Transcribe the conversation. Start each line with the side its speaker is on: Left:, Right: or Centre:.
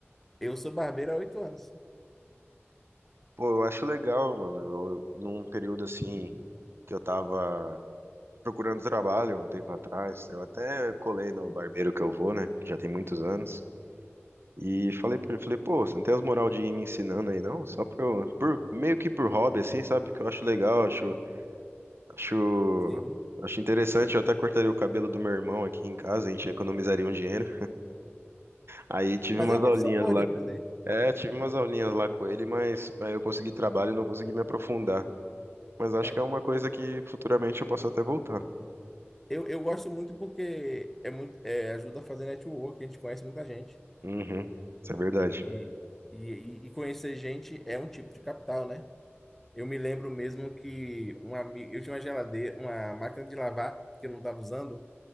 Centre: Eu sou barbeiro há oito anos.
Right: Pô, eu acho legal, mano. Eu, num período assim que eu tava procurando trabalho um tempo atrás, eu até colei no barbeiro que eu vou, né? Que já tem muitos anos. E falei pra ele, falei, pô, você não tem as moral de ir me ensinando aí, não? Só pra eu, por, meio que por hobby, assim, sabe? Que eu acho legal, acho, acho,
Centre: Sim.
Right: acho interessante. Eu até cortaria o cabelo do meu irmão aqui em casa, a gente economizaria um dinheiro. Aí tive
Centre: Mas
Right: umas
Centre: é uma profissão
Right: aulinhas
Centre: boa
Right: lá
Centre: de aprender.
Right: É, tive umas aulinhas lá com ele, mas aí eu consegui trabalho e não consegui me aprofundar. Mas acho
Centre: É.
Right: que é uma coisa que futuramente eu posso até voltar.
Centre: Eu, eu gosto muito porque é muito, é, ajuda a fazer network, a gente conhece muita gente.
Right: Uhum, isso é verdade.
Centre: E, e, e conhecer gente é um tipo de capital, né? Eu me lembro mesmo que um amigo, eu tinha uma geladeira, uma máquina de lavar que eu não estava usando,